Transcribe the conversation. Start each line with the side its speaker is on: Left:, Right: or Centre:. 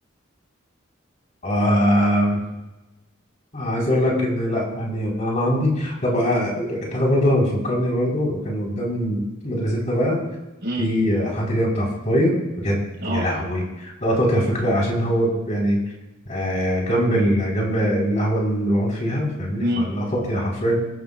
Left: آم، عايز أقول لك إن لا يعني أنا عندي طب آه، ترى برضه أنا بيفكرني برضه كان قدام مدرستنا بقى
Right: امم
Left: في حد كده بتاع فطاير بجد
Right: اه
Left: يا لهوي ده قطعت على فكره عشان هو يعني آه، جنب ال... جنب القهوه اللي بقعد فيها فاهمني
Right: امم.
Left: فالقطعت يعني حرفيا